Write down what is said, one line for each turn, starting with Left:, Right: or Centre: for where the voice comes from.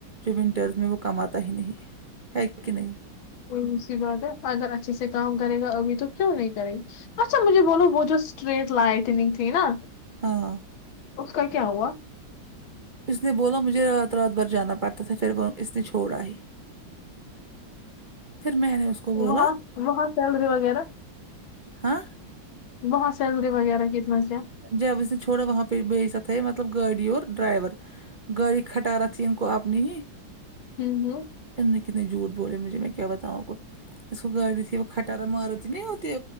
Right: جو ونٹرس میں وہ کماتا ہی نہیں ہے کہ نہیں
Left: کوئی مشکل بات ہے اگر اچھے سے کام کرے گا ابھی تو کیوں نہیں کرے اچھا مجھے بولو وہ جو اسٹریٹ لائٹنگ تھی نا
Right: ہاں
Left: اس کا کیا ہوا
Right: اس نے بولا مجھے رات رات بھر جانا پڑتا تھا پھر وہ اس نے چھوڑا ہے پھر میں نے اس کو بولا
Left: وہاں وہاں سیلری وغیرہ
Right: ہاں
Left: بہت سیلری وغیرہ کی سمسیا
Right: جب اسے چھوڑا وہاں پے بھیجا تھا یہ مطلب گاڑی اور ڈائیور گاڑی کھٹا را تھی ان کو اپ نے ہی
Left: ہم ہم
Right: اتنے کتنے جھوٹ بولے مجھے میں کیا بتاؤں اپ کو اس کو گاڑی تھی وہ کھٹارا ماروتھی نہیں ہوتی